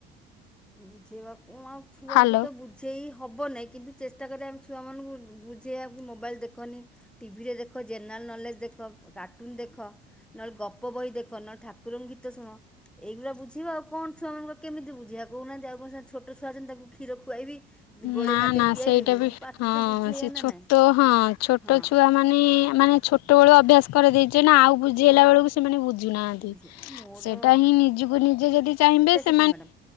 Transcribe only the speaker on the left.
ହ୍ୟାଲୋ।
ନା
ନା
ସେଇଟା
ବି
ହଁ।
ସେ
ଛୋଟ।
ହଁ ଛୋଟ
ଛୁଆ ମାନେ ମାନେ ଛୋଟବେଳୁ ଅଭ୍ୟାସ କରିଦେଇ ସେ ନା ଆଉ ବୁଝେଇଲା
ବେଳକୁ
ସେମାନେ ବୁଝୁନାହାନ୍ତି।
ସେଟା ହିଁ ନିଜକୁ ନିଜେ ଯଦି ଚାହିଁବେ ସେ